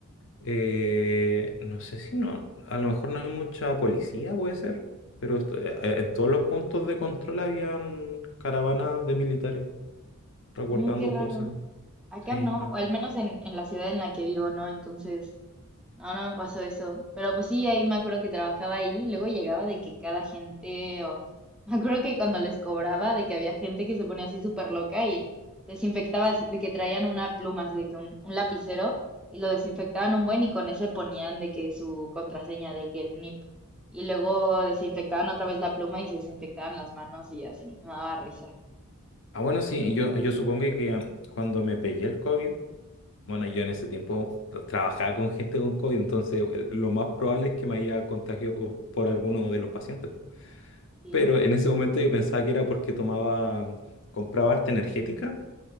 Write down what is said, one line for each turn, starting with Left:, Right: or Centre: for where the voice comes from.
Left: eh, no sé si no, a lo mejor no hay mucha policía, puede ser, pero esto- eh, eh, en todos los puntos de control habían caravanas de militares resguardando
Centre: Mm, qué raro.
Left: cosas.
Centre: Acá
Left: Sí,
Centre: no,
Left: no.
Centre: o al menos en, en la ciudad en la que vivo, no. Entonces, no, no me pasó eso. Pero pues sí, ahí me acuerdo que trabajaba ahí y luego llegaba de que cada gente, o <laughs> me acuerdo que cuando les cobraba, de que había gente que se ponía así súper loca y desinfectaba, así- de que traían una pluma, así de que un, un lapicero y lo desinfectaban un buen y con ese ponían de que su contraseña, de que el NIP. Y luego desinfectaban otra vez la pluma y se desinfectaban las manos y así. Me daba risa.
Left: Ah, bueno, sí, yo, yo supongo que cuando me pegué el COVID, Bueno, yo en ese tiempo tra- trabajaba con gente con COVID, entonces el- lo más probable es que me haya contagiado co- por alguno de los pacientes.
Centre: Sí.
Left: Pero en ese momento yo pensaba que era porque tomaba, compraba harta energética